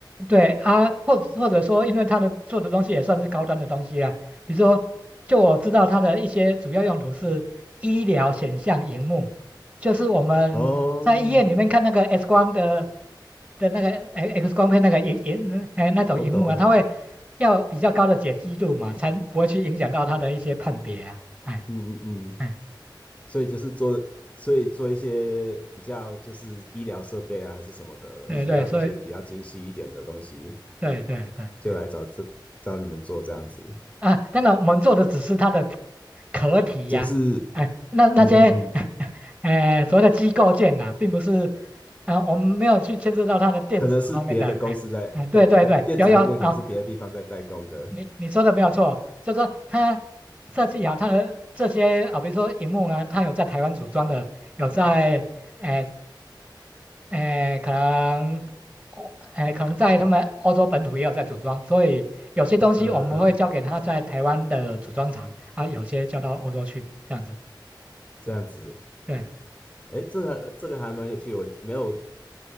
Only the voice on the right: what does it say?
对啊，或者或者说，因为它的做的东西也算是高端的东西啊，比如说，就我知道它的一些主要用途是医疗显像荧幕，就是我们在医院里面看那个
X 光的的那个哎 X 光片那个荧荧哎那种荧幕啊，
它会要比较高的解析度嘛，才不会去影响到它的一些判别啊，哎
哎，
对对，
所以对对对，
哎啊，当然我们做的只是它的壳体呀、
哎、那那些，
<laughs> 哎、所谓的机构件呐、啊并不是，啊、我们没有去牵涉到它的电子方面的，
哎、哎、对对对，
有有啊，你你说的没有错，就是说它设计好它的这些啊，比如说荧幕呢，它有在台湾组装的，有在，哎、诶，可能，哦，诶，可能在他们欧洲本土也有在组装，所以有些东西我们会交给他在台湾的组装厂啊，
有些交到欧洲去，这样子。
对，